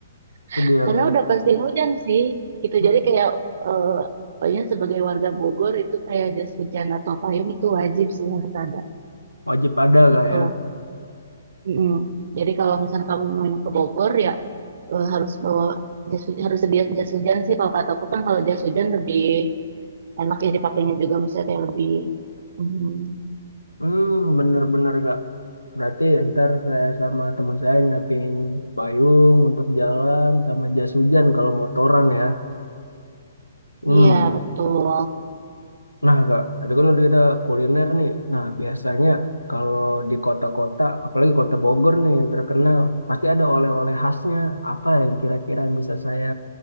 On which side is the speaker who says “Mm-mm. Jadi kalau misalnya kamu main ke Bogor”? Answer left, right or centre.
Right